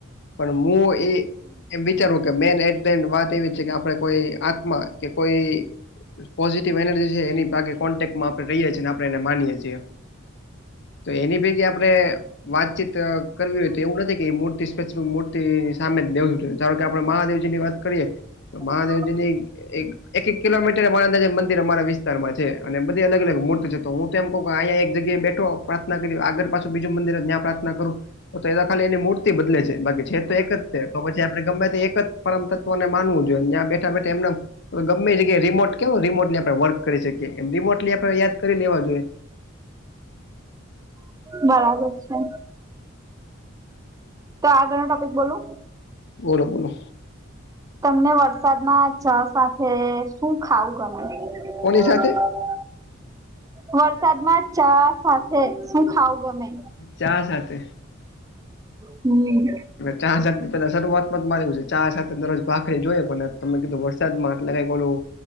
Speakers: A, on the left; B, on the right.
A: પણ મુ એમ વિચારું કે મેન વાત એવી છે કે આપણે કોઈ આત્મા કે કોઈ પોઝિટિવ એનર્જી છે એની તા કે કોન્ટેકમાં આપણે રહીએ છીએ અનેને આપણે એને માનીએે છીએ. તો એની ભેગી આપડણે વાતચીત કરવી હોય તો એવું નથી કે મૂર્તિ સ્પેસિફિક મૂર્તિ સામે જ બેહવું જોઈ ધારોકે આપણે મહાદેવજી ની વાત કરીએ.
B: હ <unintelligible>
A: એ એક કિલોમીટર મહાદેવ ના મંદિર અમારા વિસ્તારમાં છે અને બધી અલગ અલગ મૂર્તિ છે તો હું તોમ કહ કે અહીંયા એક જગ્યાએ બેઠો પ્રાર્થના કરી આગળ પાછું બીજું મંદિર જ્યાં પ્રાર્થના કરું. હું તો એ ખાલી એની મૂર્ બદલે છે બાકી છે તો એક જ તો પછી આપણે ગમે તે એક જ પરમ તત્વ ને માનવું જોઈએ ત્યાં બે ઠા બેઠા એમ નમ ગમે છે કે રીમોટ કેવો રિમોટલી આપડણે વર્ક કરી શકીએ એમ રિમોટલી આપણે યાદ કરી લેવા જોઈએ.
B: બરાબર છે. તો આગળ નો ટોપિક બોલું.
A: બોલો બોલો.
B: તમને વરસાદમાં ચા સાથે શું ખાવુ ગમે? હ
A: કોની સાથે
B: <inaudible> વરસાદમાં ચા સાથે શું ખાવુ ગમે?
A: ચા સાથે?
B: હમ.
A: ચા સાથે પેલા શરૂઆતમાં જ મારે છે ચા સાથે દરરોજ ભાખરી જોઈએ પણ તમે કીધું વ સાદમા કંઈ ઓલું,